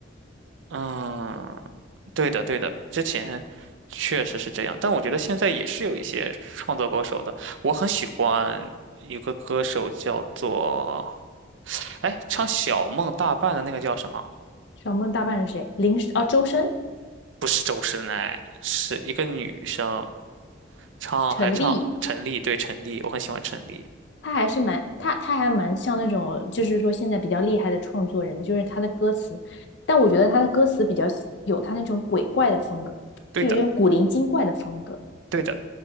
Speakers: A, on the right; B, on the left.
A: 嗯，对的对的，之前确实是这样，但我觉得现在也是有一些创作歌手的。我很喜欢有个歌手叫做。哎，唱《小梦大半》的那个叫什么？
B: 小梦大半是谁？林，哦，周深、
A: 不是周深哎，是一个女生唱，
B: 陈粒。
A: 还唱陈粒，对陈粒，我很喜欢陈粒。
B: 他还是蛮他他还蛮像那种，就是说现在比较厉害的创作人，就是他的歌词，但我觉得他的歌词比较有他那种鬼怪的风格，
A: 对的，
B: 就有一种古灵精怪的风格，
A: 对的，